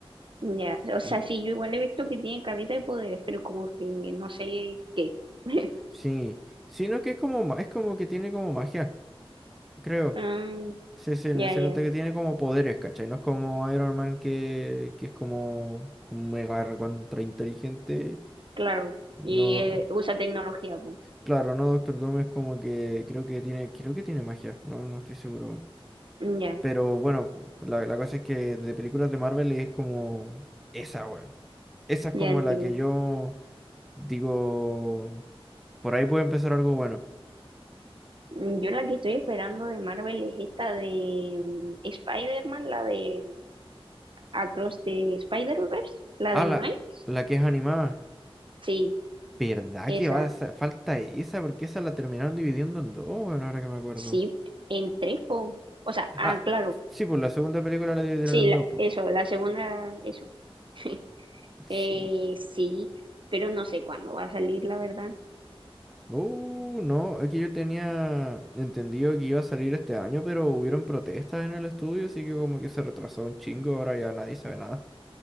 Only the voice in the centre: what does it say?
Y
sí, sino que es como, ma- es como que tiene como magia, creo.
Se, se,
se
nota que tiene como poderes, ¿cachai? No es como Iron Man que, que es como, como mega recontra inteligente
No,
claro, no Doctor Doom es como que creo que tiene, creo que tiene magia, no, no estoy seguro. weón.
Pero bueno, la, la cosa es que de películas de Marvel es como esa, weón. Esa es
como
la que yo digo, por ahí puede empezar algo bueno.
Ah,
la,
la que es animada.
¿Verdad
que va a sa- falta esa? Porque esa la terminaron dividiendo en dos, weón, ahora que me acuerdo.
Ah,
sí, pues la segunda película la dividieron
en
dos. pues.
Sí.
Uh, no, es que yo tenía entendido que iba a salir este año, pero hubieron protestas en el estudio, así que como que se retrasó un chingo, ahora ya nadie sabe nada.